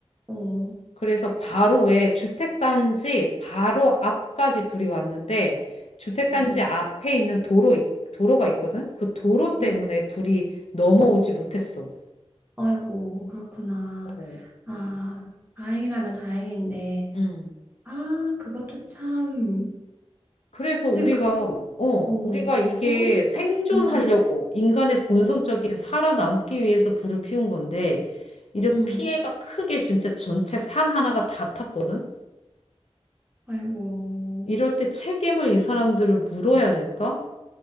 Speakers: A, on the right; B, on the left.
A: 어,
B: 그래서 바로 왜 주택단지 바로 앞까지 불이 왔는데 주택단지
A: 음,
B: 앞에 있는 도로, 있- 도로가 있거든? 그 도로 때문에
A: 음.
B: 불이 넘어오지 못했어.
A: 아이고, 그렇구나.
B: 어.
A: 아, 다행이라면 다행인데.
B: 음.
A: 아, 그것도 참.
B: 그래서 우리가,
A: 근데 그,
B: 어,
A: 어,
B: 우리가 이게
A: 그 홈리스
B: 생존하려고
A: 아니에요.
B: 인간의 본성적인
A: 어,
B: 살아남기 위해서 불을 피운 건데, 이렇게
A: 음.
B: 피해가 크게 진짜 전체 산 하나가 다 탔거든?
A: 아이고.
B: 이럴 때 책임을 이 사람들을 물어야 될까?